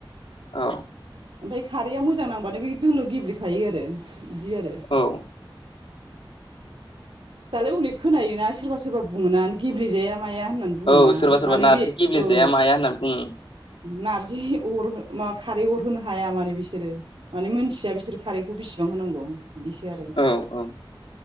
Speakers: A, on the left; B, on the right.
A: औ
B: ओमफ्राय खारैया मोजां नांबानो बे दोलो गेब्लेखायो आरो बिदि आरो।
A: औ
B: दालाय अनेक खोनायोना सोरबा सोरबा बुङोना गेब्लेेजाया माया होननानै। बुङोना
A: औ सोरबा सोरबा
B: माने
A: नारजि
B: बे
A: गेब्लेजाया
B: औ।
A: <unintelligible>
B: नार्जि अर माबा खारै अर होनो हाया माने बिसोरो मानिे मोनथिया बिसोर खारै बेखौ बेसेबां होनांगौ बिदिसो आरो
A: औ औ औ